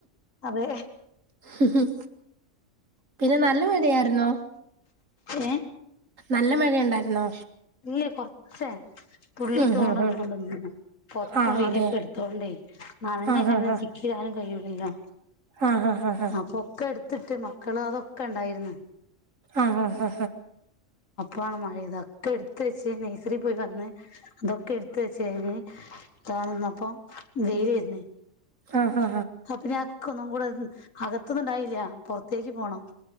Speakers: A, on the left; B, on the right.
A: അതെ
B: ഹ് ഹ് ഹ് പിന്നെ നല്ല മടിയായിര്ന്നോ
A: ഏഹ്
B: ല്ല മഴയൊണ്ടായിര്ന്നോ
A: ഇല്ല്യ കൊറച്ചേ തുള്ളിട്ടൊണ്ട്
B: ഉം ഉം ഉം
A: പൊത്പ്പും
B: ആഹ്
A: വിരിയൊക്കെട്ത്തോണ്ടേ
B: അതെ
A: നനഞ്ഞങ്ങെനെ
B: ആഹ് ആഹ്
A: ചിക്കിയാ യ്യുലെല്ലോ
B: ആഹ് ആഹ്
A: അ കൊക്കെട് <unintelligible> ക്കള് അതൊക്കെണ്ടായിര്ന്ന്
B: ആഹ് ആഹ് ആഹ്
A: ളാണ് മഴെയ്തെ ക്കെ എട്ത്ത് വെച്ച് നഴ്സറിപോയി വന്ന് തൊക്കെ എട്ത്ത് വെച്ച് ഴിഞ്ഞ് താന്നപ്പം വെയില് വെര്ണ്
B: ആഹ്
A: ആ പിന്നെ അക്കൊന്നും കൂടോയോ അകത്തൊന്നുണ്ടായില്ല്യ പൊറ തേക്ക്പോണം